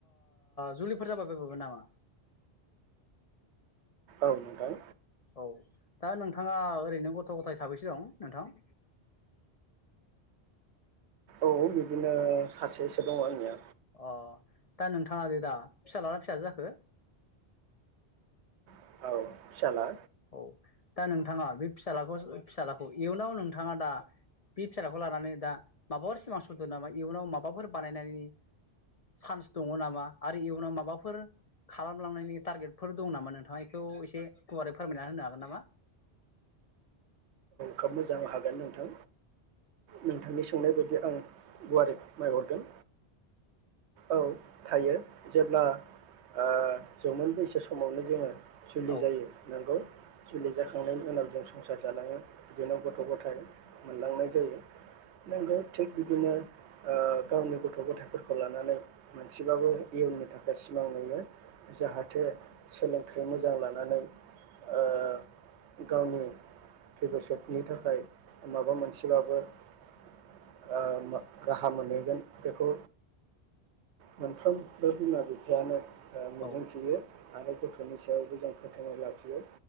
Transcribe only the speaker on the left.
जुलिफोर जाबाय बबो नामा
औ दा नोंथाङा ओरैनो गथ' गथाइ साबैसो दं नोंथां
अ दा नोंथाङा दे दा फिस्लाना फिसाजो जाखो?
औ दा नोंथाङा बे फिसालाखौ फिसालाखौ इयुनाव नोंथाङा दा बे फिसालाखौ लानानै दा माबाफोर सिमां सुदो नामा इयुनाव माबाफोर बानायनायनि चान्स दङ नामा आरो इयुनाव माबाफोर खालामलांनायनि टारगेटफोर दं नामा नोंथां बेखौ एसे गुवारै फोरमायना होनो हागोन नामा?
औ
औ